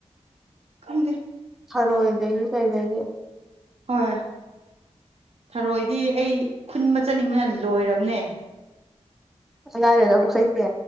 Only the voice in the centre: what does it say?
ꯑꯔꯣꯏꯗꯒꯤ ꯀꯩꯗꯒꯤ
ꯑꯗꯒꯕꯨ ꯀꯩꯁꯦ